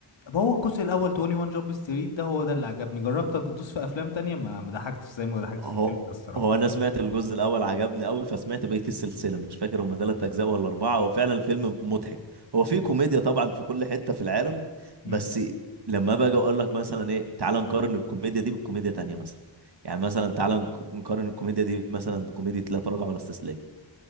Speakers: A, on the left (about 70°); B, on the right (about 55°).
A: طب هو الجزء الاول 21 جامب ستريت ده هو ده اللي عجبني جربت ادوس في افلام تانية ما ما ضحكتش زي ما ضحكت
B: هو
A: في الفيلم ده الصراحه
B: هو أنا سمعت الجزء الأول عجبني أوي فسمعت بقية السلسلة مش فاكر هما تلات أجزاء ولا أربعة هو فعلا فيلم مضحك هو فيه كوميديا طبعا في كل حتة في العالم
A: امم
B: بس لما باجي أقول لك مثلا إيه تعال نقارن الكوميديا دي بالكوميديا تانية مثلا يعني مثلا تعال نق- نقارن الكوميديا دي مثلا بكوميديا لا تراجع ولا استسلام